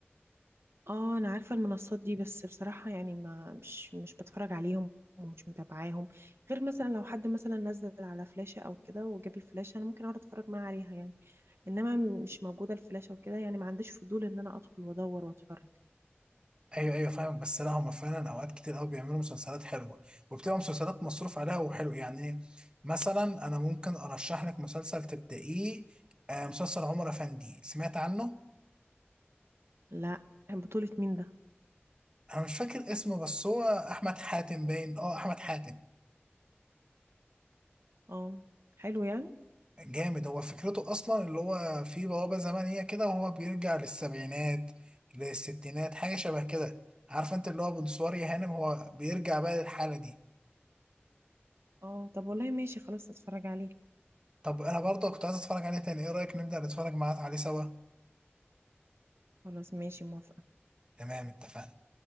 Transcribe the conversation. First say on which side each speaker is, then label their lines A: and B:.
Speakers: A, on the right (about 75°); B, on the right (about 25°).
A: اه انا عارفه المنصات دي بس بصراحه يعني ما مش مش بتفرج عليهم ومش متابعاهم غير مثلا لو حد مثلا نزل على فلاشه او كده وجاب الفلاشه انا ممكن اقعد اتفرج معاه عليها يعني انما مش موجوده الفلاشه وكده يعني ما عنديش فضول ان انا ادخل وادور واتفرج
B: ايوه ايوه فاهمك بس لا هما فعلا اوقات كتير قوي بيعملوا مسلسلات حلوه وبتبقى مسلسلات مصروف عليها وحلو يعني مثلا انا ممكن ارشح لك مسلسل تبدأيه آه، مسلسل عمر افندي سمعت عنه
A: لا بطوله مين ده
B: انا مش فاكر اسمه بس هو احمد حاتم باين اه احمد حاتم
A: اه حلو يعني
B: جامد هو فكرته اصلا اللي هو في بوابه زمنيه كده وهو بيرجع للسبعينات للستينات حاجه شبه كده عارف انت اللي هو بنصوري هانم هو بيرجع بقى للحاله دي
A: اه طب والله ماشي خلاص اتفرج عليه
B: طب انا برضه كنت عايز اتفرج عليه تاني ايه رايك نبدأ نتفرج معاه عليه سوا
A: خلاص ماشي موافقه
B: تمام اتفقنا